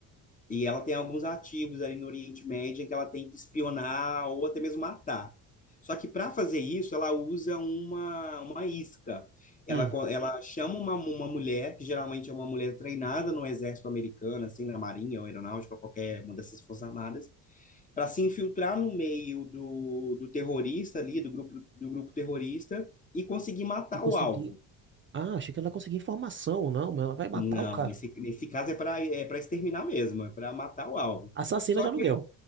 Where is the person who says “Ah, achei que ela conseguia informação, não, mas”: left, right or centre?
Right